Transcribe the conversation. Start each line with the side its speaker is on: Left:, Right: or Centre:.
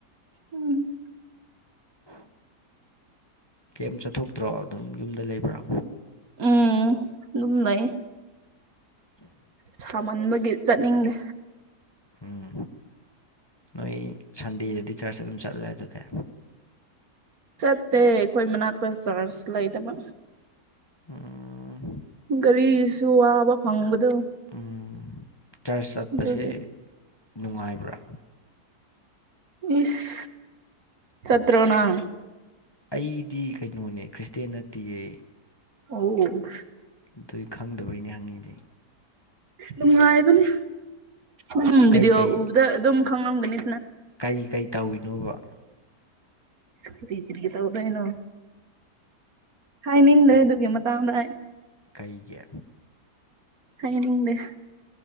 Right: ꯎꯝ
Left: ꯀꯦꯃ ꯆꯠꯊꯣꯛꯇ꯭ꯔꯣ ꯑꯗꯨꯝ ꯌꯨꯝꯗ ꯂꯩꯕ꯭ꯔꯥ
Right: ꯎꯝ ꯑꯗꯨꯝ ꯂꯩ ꯁꯥꯃꯟꯕꯒꯤ ꯆꯠꯅꯤꯡꯗꯦ
Left: ꯎꯝ ꯅꯣꯏ ꯁꯟꯗꯦꯗꯗꯤ ꯆꯔꯆ ꯑꯗꯨꯝ ꯆꯠꯂꯦ ꯑꯗꯨꯗ
Right: ꯆꯠꯇꯦ ꯑꯩꯈꯣꯏ ꯃꯅꯥꯛꯇ ꯆꯥꯔꯁ ꯂꯩꯗꯕ
Left: ꯎꯝ
Right: ꯒꯥꯔꯤꯁꯨ ꯑꯕ ꯐꯪꯕꯗ ꯗꯣ
Left: ꯎꯝ ꯆꯔꯆ ꯆꯠꯄꯁꯦ
Right: ꯑꯗꯨꯗꯒꯤ
Left: ꯅꯨꯡꯉꯥꯏꯕ꯭ꯔꯥ
Right: ꯏꯁ ꯆꯠꯇꯔꯣꯅꯥꯥꯡ
Left: ꯑꯩꯗꯤ ꯀꯩꯅꯣꯅꯦ ꯈ꯭ꯔꯤꯁꯇꯦꯟ ꯅꯠꯇꯦꯌꯦ
Right: ꯍꯣ
Left: ꯑꯗꯨꯏ ꯈꯪꯗꯕꯩꯅꯦ ꯍꯪꯉꯤꯅꯦ
Right: ꯅꯨꯡꯉꯥꯏꯕꯅꯦ ꯎꯝ ꯚꯗꯤꯑꯣ
Left: ꯀꯩꯀꯩ
Right: ꯎꯕꯗ ꯑꯗꯨꯝ ꯈꯪꯂꯝꯝꯒꯅꯤ
Left: ꯀꯩꯀꯩ ꯇꯧꯔꯤꯅꯣꯕ
Right: ꯀꯔꯤ ꯀꯔꯤ ꯇꯧꯗꯣꯏꯅꯣ ꯍꯥꯏꯅꯤꯡꯗ꯭ꯔꯦ ꯑꯗꯨꯒꯤ ꯃꯇꯥꯡꯗ
Left: ꯀꯩꯒꯤ
Right: ꯍꯥꯏꯅꯤꯡ ꯗꯦ